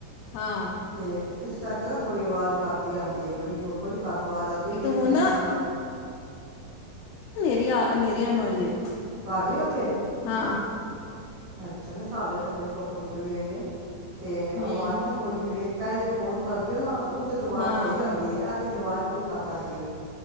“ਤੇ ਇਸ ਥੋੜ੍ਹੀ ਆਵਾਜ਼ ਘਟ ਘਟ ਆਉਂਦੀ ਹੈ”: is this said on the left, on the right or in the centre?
Right